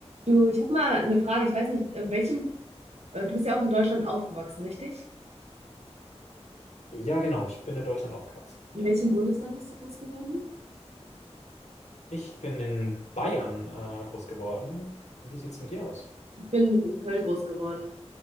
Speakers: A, on the right; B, on the left.
A: Du, ich habe mal eine Frage. Ich weiß nicht, in welchem, äh, du bist ja auch in Deutschland aufgewachsen, richtig?
B: Ja, genau. Ich bin in Deutschland aufgewachsen.
A: In
B: Ja.
A: welchem Bundesland bist du groß geworden?
B: Ich bin in Bayern äh, groß geworden. Wie sieht's mit dir aus?
A: Ich bin in Köln groß geworden.